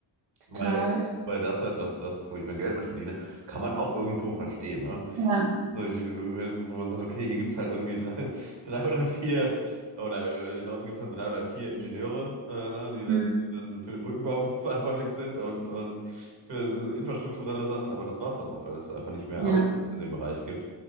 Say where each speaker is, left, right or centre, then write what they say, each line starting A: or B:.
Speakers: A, on the right; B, on the right.
A: Weil,
B: total.
A: weil das halt das, das ist, wo ich mein Geld mit verdiene, kann man auch irgendwo verstehen, ne?
B: Ja,
A: So, ich, wo man sagt, okay, hier gibt es halt irgendwie drei, <laughs> drei oder vier, oder äh, in Dortmund gibt es dann drei oder vier Ingenieure, äh, ne, die dann,
B: hm.
A: die dann für den Brückenbau <laughs> verantwortlich sind und, und für so infrastrukturelle Sachen, aber das war es dann auch, weil es einfach nicht mehr
B: Ja.
A: Arbeitsplätze in dem Bereich gibt.